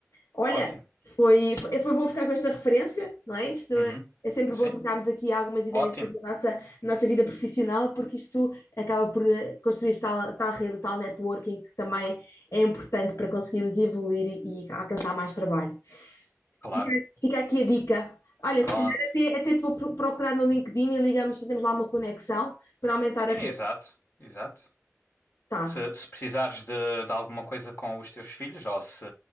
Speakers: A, on the left; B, on the left.
A: Olha,
B: ótimo.
A: foi, foi, foi bom ficar com esta referência, não é? Isto
B: Uhum.
A: é é sempre
B: Sim,
A: bom trocarmos aqui algumas ideias
B: ótimo,
A: sobre a nossa, nossa vida profissional, porque isto acaba por eh, construir tal, tal rede, tal networking que também é importante para conseguirmos evoluir e alcançar mais trabalho.
B: claro.
A: Fica, fica aqui a dica. Olha,
B: Pronto.
A: se calhar até, até te vou pro- procurar no LinkedIn e ligamos, fazemos lá uma conexão para aumentar
B: Sim,
A: a rede.
B: exato, exato.
A: Tá.
B: Se, se precisares de, de alguma coisa com os teus filhos, ou se,